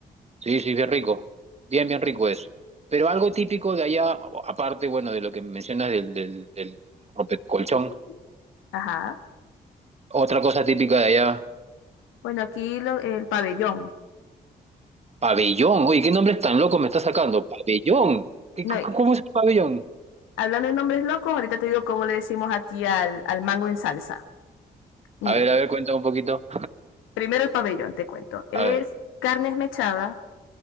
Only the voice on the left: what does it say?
<laughs> Ajá.
Bueno, aquí lo- el pabellón.
No,
y
hablando de nombres locos, ahorita te digo cómo le decimos aquí al, al mango en salsa. Mira,
primero el pabellón, te cuento. Es
carne esmechada,